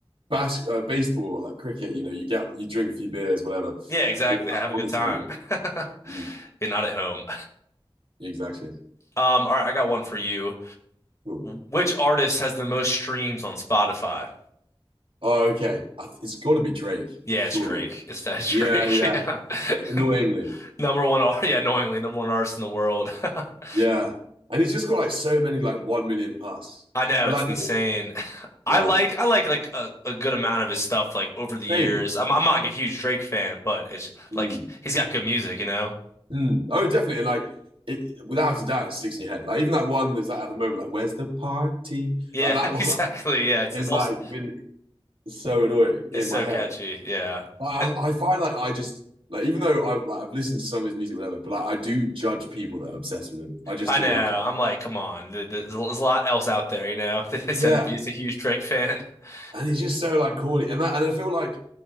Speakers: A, on the right; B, on the left.
A: bas uh, baseball, like cricket. You know, you get you drink a few beers, whatever.
B: Yeah, exactly.
A: But yeah,
B: Have
A: like,
B: a good
A: on the
B: time.
A: telly,
B: <laughs>
A: mm,
B: You're not at home.
A: exactly.
B: Um, all right, I got one for you.
A: Cool.
B: Which artist has the most streams on Spotify?
A: Oh, okay. I th it's got to be Drake,
B: Yeah,
A: surely.
B: it's Drake. It's that it's
A: Yeah,
B: Drake.
A: yeah.
B: <laughs> Yeah.
A: Annoyingly,
B: <laughs> Number one, ar- yeah, annoyingly, number one artist in the world. <laughs>
A: yeah. And he's just got like so many like one million plus.
B: I know
A: But
B: it's
A: like,
B: insane. <laughs> I
A: yeah,
B: like I like like a, a good amount of his stuff like over the years.
A: same.
B: I'm I'm not like a huge Drake fan, but it's
A: Mm.
B: like he's got good music, you know?
A: Mm. Oh, definitely. And like it without a doubt, it sticks in your head. Like even that one that's like at the moment, like "Where's the party?"
B: Yeah,
A: Like that
B: <laughs>
A: one
B: exactly.
A: <laughs>
B: Yeah, it's
A: is
B: it's also
A: like been so annoying in
B: it's so
A: my head.
B: catchy. Yeah.
A: Like,
B: Uh,
A: I, I find like I just like even though I like I've listened to some of his music, whatever, but like I do judge people that are obsessed with him. I just
B: I
A: do.
B: know.
A: I can't.
B: I'm like, come on. th- th- There's a lot else out there, you know. <laughs> They said
A: Yeah,
B: it'd be it's a huge Drake fan. <laughs>
A: and he's just so like corny, and that, and I feel like